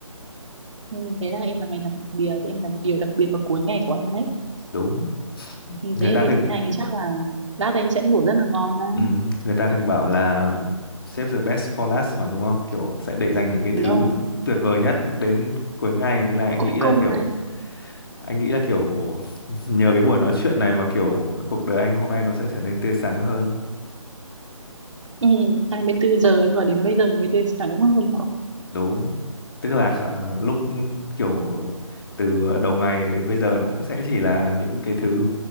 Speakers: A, on the right; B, on the left.
A: Ừ, thế là em là ngày đặc biệt, em là một điều đặc biệt vào cuối ngày của anh đấy.
B: Đúng.
A: Ừ,
B: Người
A: thế
B: ta
A: như
B: thường
A: thế này thì chắc là lát anh sẽ ngủ rất là ngon đấy.
B: ừm, người ta thường bảo là save the best for last mà đúng không? Kiểu sẽ để dành những cái
A: No,
B: thứ tu- tuyệt vời nhất đến cuối ngày nên là anh
A: cuối
B: nghĩ
A: cùng
B: là kiểu
A: mà.
B: anh nghĩ là kiểu <laughs> nhờ cái buổi nói chuyện này mà kiểu cuộc đời anh hôm nay nó sẽ trở nên tươi sáng hơn.
A: Ừ, 24 giờ nhưng mà đến bây giờ mới tới sáng hơn.
B: đúng tức là ờ, lúc ừ, kiểu từ đầu ngày đến bây giờ nó cũng sẽ chỉ là những cái thứ